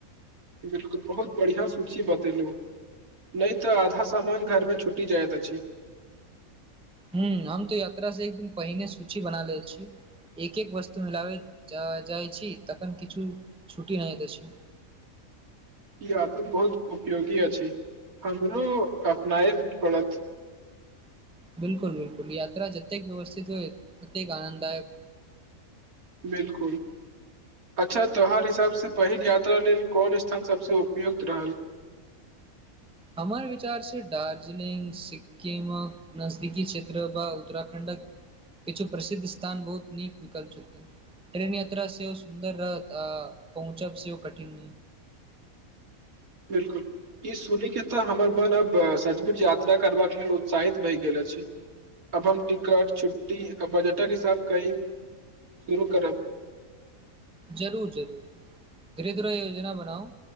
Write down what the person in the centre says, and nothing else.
ह हम तऽ यात्रा से एक दिन पहिने सूची बना ले छी एक एक वस्तु मिलाबे जाइ जाइछी तखन किछु छुट्टी नहि अछि
बिल्कुल बिल्कुल यात्रा जतेक व्यवस्थित होइ ओतेक आनंददायक
हमर विचारसँ दार्जिलिंग सिक क नजदीकि क्षेत्र ब उत्तराखंडक किछु प्रसिद्ध स्थान बहुत नीक निकल छथिन ट्रेन यात्रा सेहो सुन्दर रहत आ पहुँचब सेहो कठिन
जरूर जरूर गृद्रोह योजना बनाउ